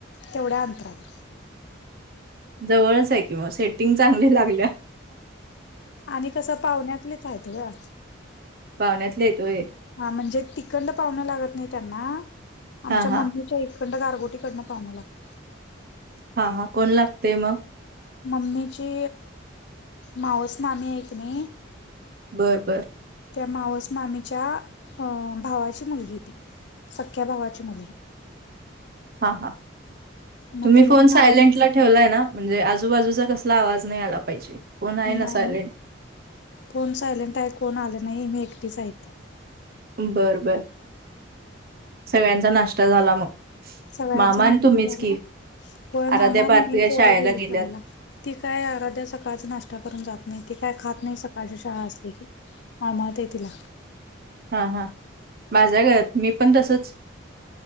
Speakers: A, on the left; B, on the right.
A: तेवढ्या अंतरावर
B: जवळच आहे की मग सेटिंग चांगली लागल्या.
A: आणि कसं पाहुण्यातलेच आहेत ग.
B: पाहुण्यातले येतोय.
A: हा म्हणजे तखंड पाहण लागत नाही त्यांना आमच्या
B: हां, हां.
A: मम्मीच्या इ. अखंड गारगोटीडणं पाव लागते.
B: हा हा कोण लागतेय मग
A: मम्मीची माऊस मामी एक नी
B: बर बर.
A: त्या मावस मामेच्या भावाची मुलगी ती सख्या भावाची मुलगी
B: हा हा
A: मग
B: तुम्ही
A: त्यानी
B: फोन
A: पण
B: सायलेंटला
A: आलत की
B: ठेवलाय ना. म्हणजे आजूबाजूचा कसला आवाज नाही आला पाहिजे. फोन आहे
A: नाही
B: सायलेंट?
A: ना कोण सायलेंट आहे कोण आले नाही मी एकटीच ऐत.
B: बर बर सगळ्यांचा नाश्ता झाला मग
A: सगळ्यांचा
B: मामा
A: नाश्ता
B: आणि तुम्हीच
A: झाला
B: की.
A: होय
B: आराध्या,
A: मामानी
B: पार्थवी
A: मी
B: या
A: पोरं
B: शाळेला
A: गेली
B: गेल्यात.
A: खहायला ती काय अराध्या सकाळच नाश्ता करून जात नाही ती काय खात नाही सकाळची शाळा असली की माळ माहतयला
B: हा हा माझ्या घरात मी पण तसच.